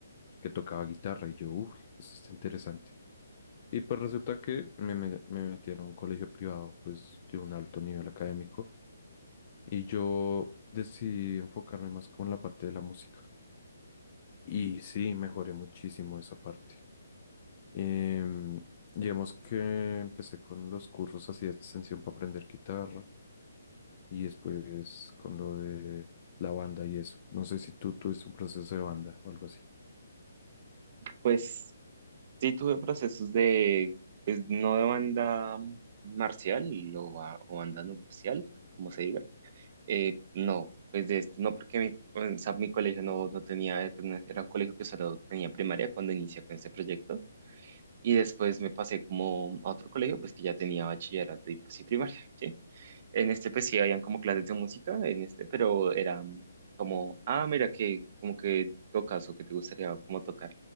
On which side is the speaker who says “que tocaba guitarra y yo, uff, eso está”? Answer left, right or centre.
Left